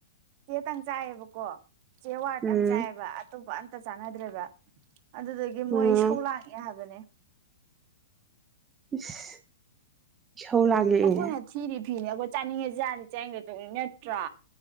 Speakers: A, on the right (about 50°); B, on the right (about 20°).
A: ꯀꯦꯇꯪ ꯆꯥꯏꯌꯦꯕꯀꯣ ꯆꯦ ꯋꯥꯇꯪ
B: ꯎꯝ
A: ꯆꯥꯏꯕ ꯠꯇ ꯆꯥꯟꯗ꯭ꯔꯦꯕ ꯑꯗꯨꯗꯒꯤ ꯃꯣꯏ
B: ꯎꯝ
A: ꯁꯧ ꯂꯥꯡꯉꯦ ꯍꯥꯏꯕꯅꯦ
B: <unintelligible> ꯂꯥꯡꯉꯛꯑꯦ
A: ꯑꯩꯈꯣꯏꯅ ꯊꯤꯔꯤ ꯐꯤꯅꯤ ꯑꯩꯈꯣꯏ ꯆꯥꯅꯤꯡꯉꯦꯁꯤ ꯖꯥꯁꯒ ꯇ ꯅꯠꯇ꯭ꯔꯥ